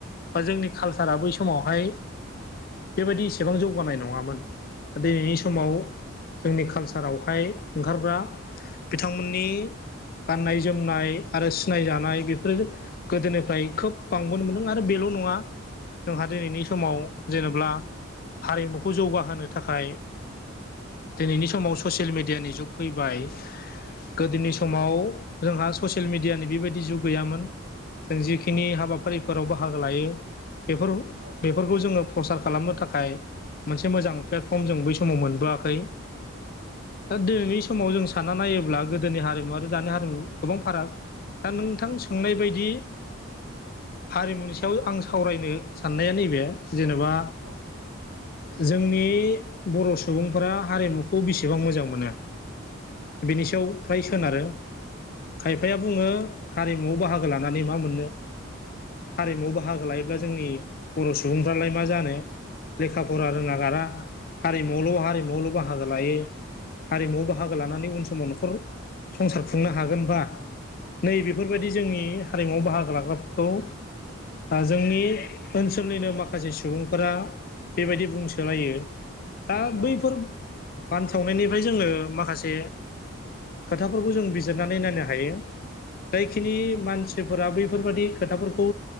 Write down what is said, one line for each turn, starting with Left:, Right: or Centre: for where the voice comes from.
Left: बा जोंनि कालसारा बै समावहाय बेबायदि एसेबां जौगानाय नङामोन दिनैनि समाव
Right: नंगौ नंगौ
Left: जोंनि कालसार सारावहाय ओंखारग्रा बिथांमोननि गाननाय जोमनाय आरो सिनाय जानाय बेफोरो गोदोनिफ्राय खोब बांबोनो मोनदों आरो बेल' नङा। जोंहा दिनैनि समाव
Right: औ
Left: जेनेब्ला हारिमुखौ जौगाहोनो थाखाय दिनैनि समाव ससियेल मिडियानि जुग फैबाय। गोदोनि
Right: नंगौ
Left: समाव जोंहा ससियेल मिडियानि बेबायदि जुग गैयामोन। जों जिखिनि
Right: औ औ
Left: हाबाफारिफोराव बाहागो लायो बेफोर
Right: औ
Left: बेफोरखौ जोङो प्रसार खालामनो थाखाय मोनसे मोजां प्लेटफर्म जों बै समाव मोनबोआखै। दा दिनैनि समाव
Right: औ
Left: जों सानना नायोब्ला गोदोनि हारिमु आरो दानि हारिमु गोबां फाराग। दा नोंथां
Right: औ
Left: सोंनाय बायदि हारिमु सायाव
Right: औ
Left: आं सावरायनो साननाया नैबे जेनेबा
Right: ओं
Left: जोंनि बर' सुबुंफोरा हारिमुखौ बेसेबां मोजां मोनो। बेनि सायाव फ्राय सोनारो खायफाया बुङो हारिमुआव बाहागो लानानै मा मोननो हारिमुआव बाहागो लायो ब्ला जोंनि बर' सुबुंफ्रालाय मा जानो। लेखा फरा रोङ गारा हारिमुआवल' हारिमुआवल' बाहागो लायो। हारिमुवआव बाहागो लानानै उन समाव न'खर संसारखौ खुंनो हागोनबा नै बेफोरबायदि
Right: औ
Left: जोंनि हारिमुआव बाहागो लाग्राफोरखौ ओ‌ जोंनि ओनसोलनिनो माखासे सुबुंफोरा बेबायदि बुंसोलायो दा
Right: औ
Left: बैफोर
Right: औ
Left: बानसावनायनि ओमफ्राय जोङो माखासे खोथाफोरखौ जों बिजिरनानै नायनो हायो। जायखिनि
Right: नंगौ
Left: मानसिफोरा बैफोरबादि खोथाफोरखौ